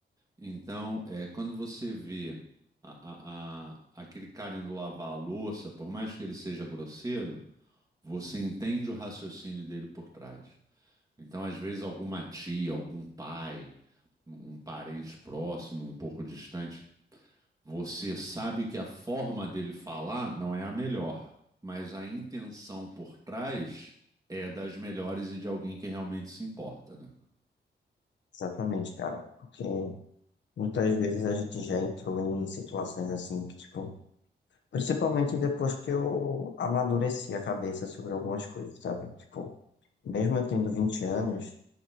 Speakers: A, on the right; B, on the left.
A: Então, é, quando você vê a- a- a- aquele cara indo lavar a louça, por mais que ele seja grosseiro, você entende o raciocínio dele por trás. Então, às vezes, alguma tia, algum pai, um parente próximo, um pouco distante, você sabe que a forma dele falar não é a melhor, mas a intenção por trás é das melhores e de alguém que realmente se importa, né?
B: Exatamente, cara. Porque muitas vezes a gente já entrou em situações assim que, tipo, Principalmente depois que eu amadureci a cabeça sobre algumas coisas, sabe? Tipo, mesmo eu tendo 20 anos,